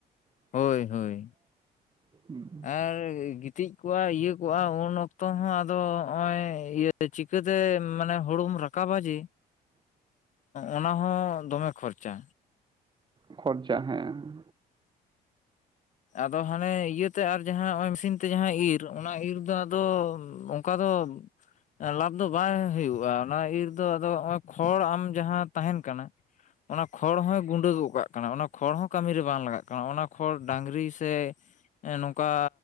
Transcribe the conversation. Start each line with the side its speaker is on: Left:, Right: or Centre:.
Right: <unintelligible>
Left: ᱦᱳᱭ ᱦᱳᱭ ᱟᱨ ᱜᱤᱛᱤᱡ ᱠᱚᱜᱼᱟ ᱤᱭᱟᱹ ᱠᱚᱜᱼᱟ ᱩᱱ ᱚᱠᱛᱚ ᱦᱚᱸ ᱟᱫᱚ ᱱᱚᱜᱼᱚᱭ ᱤᱭᱟᱹ ᱪᱤᱠᱟᱹᱛᱮ ᱢᱟᱱᱮ ᱦᱩᱲᱩᱢ ᱨᱟᱠᱟᱵᱟ ᱡᱮ
Right: <inaudible>
Left: ᱚᱱᱟ ᱦᱚᱸ ᱫᱚᱢᱮ ᱠᱷᱚᱨᱪᱟ
Right: ᱠᱷᱚᱨᱪᱟ ᱦᱮᱸ
Left: ᱟᱫᱚ ᱦᱟᱱᱮ ᱤᱭᱟᱹ ᱛᱮ ᱟᱨ ᱡᱟᱦᱟᱸ ᱱᱚᱜᱚᱭ ᱢᱮᱥᱤᱱ ᱛᱮ ᱡᱟᱦᱟᱸ ᱤᱨ ᱚᱱᱟ ᱤᱨ ᱫᱚ ᱟᱫᱚ ᱚᱱᱠᱟ ᱫᱚ ᱞᱟᱵᱷ ᱫᱚ ᱵᱟᱭ ᱦᱩᱭᱩᱜᱼᱟ ᱚᱱᱟ ᱤᱨ ᱫᱚ ᱟᱫᱚ ᱱᱚᱜᱼᱚᱭ ᱠᱷᱚᱲ ᱟᱢ ᱡᱟᱦᱟᱸ ᱛᱟᱦᱮᱱ ᱠᱟᱱᱟ ᱚᱱᱟ ᱠᱷᱚᱲ ᱦᱚᱸᱭ ᱜᱩᱸᱰᱟᱹ ᱜᱚᱜ ᱠᱟᱜ ᱠᱟᱱᱟ ᱚᱱᱟ ᱠᱷᱚᱲ ᱦᱚᱸ ᱠᱟᱹᱢᱤ ᱨᱮ ᱵᱟᱝ ᱞᱟᱜᱟᱜ ᱠᱟᱱᱟ ᱚᱱᱟ ᱠᱷᱚᱲ ᱰᱟᱝᱨᱤ ᱥᱮ ᱱᱚᱝᱠᱟ